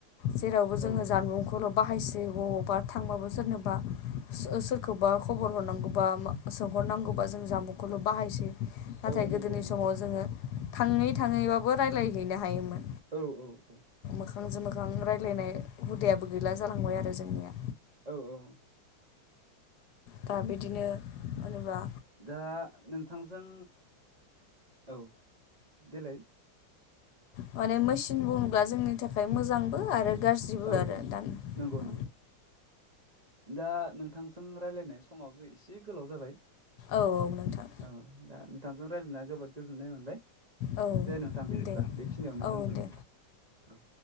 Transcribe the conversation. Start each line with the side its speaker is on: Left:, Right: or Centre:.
Left: जेरावबो जोङो
Right: औ
Left: जानबुं ल' बाहायसै बबावबा थांबाबो सोरनोबा सोरखौबा खबर हरनांगौबा सोंहरनांगौबा जों जामबुंखौल' बाहायसै। नाथाय
Right: औ
Left: गोदोनि
Right: नंगौ नंगौ
Left: समाव जोङो थाङै थाङैबाबो रायज्लायहैनो हायोमोन।
Right: औ औ औ।
Left: मोखांजों मोखां रायज्लायनाय हुदायाबो गैला जालांबाय आरो जोंनिया।
Right: औ औ।
Left: दा बिदिनो होनोबा
Right: दा नोंथांजों औ देलाय
Left: माने मेसिन बुङोब्ला जोंनि थाखाय मोजांबो आरो गाज्रिबो
Right: औ
Left: आरो
Right: औ
Left: दा
Right: नंगौ
Left: औ
Right: नंगौ। दा नोंथांजों राय्लायनाय समाबो एसे गोलाव जाबाय।
Left: औ औ नोंथां।
Right: औ दा नोंथांजों रायज्लायना जोबोद गोजोन्नाय मोनबाय।
Left: औ
Right: दे नोंथां बिदिब्ला
Left: दे
Right: बेखिनियावनो
Left: औ
Right: दोनथ'नोसै
Left: दे
Right: औ।